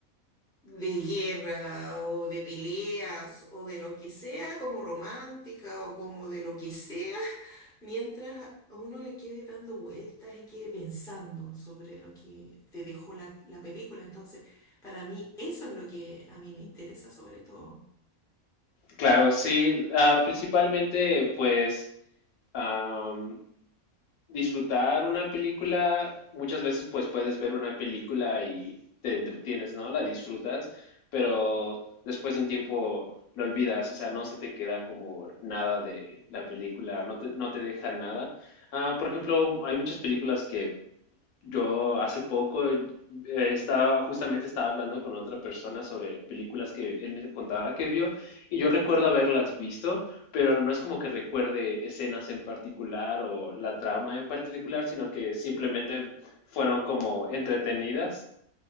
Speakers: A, in the centre; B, on the left (about 80°).
A: de guerra o de peleas o de lo que sea, como romántica o como de lo que sea, <laughs> mientras a uno le quede dando vueltas y quede pensando sobre lo que te dejó la, la película. Entonces, para mí, eso es lo que a mí me interesa sobre todo.
B: Claro, sí, ah, principalmente pues am, disfrutar una película, muchas veces pues puedes ver una película y te entretienes, ¿no? La disfrutas, pero después de un tiempo lo olvidas, o sea, no se te queda como nada de la película,
A: Claro.
B: no te, no te deja nada. Ah, por ejemplo, hay muchas películas que Yo hace poco eh, estaba, justamente estaba hablando con otra persona sobre películas que él me contaba que vio y yo recuerdo haberlas visto, pero no es como que recuerde escenas en particular o la trama en particular, sino que simplemente fueron como entretenidas